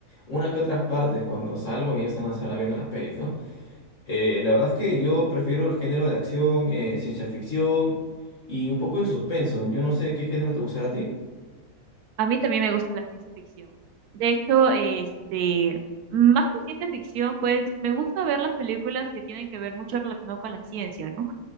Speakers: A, on the left (about 55°); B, on the right (about 85°).
A: una que otras partes cuando salgo y ella está en la sala viendo las pelis, ¿no? Eh, la verdad es que yo prefiero el género de acción, eh, ciencia ficción y un poco de suspenso. Yo no sé qué género te gustará a ti.
B: A mí también me gusta la ciencia ficción. De hecho, este, más que ciencia ficción, pues me gusta ver las películas que tienen que ver mucho relacionado con la ciencia, ¿no?